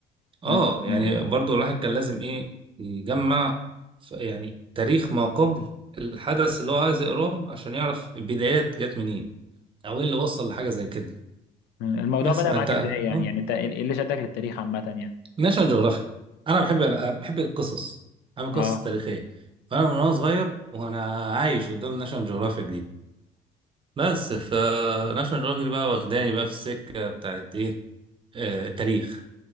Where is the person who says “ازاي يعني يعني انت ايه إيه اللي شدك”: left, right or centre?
Left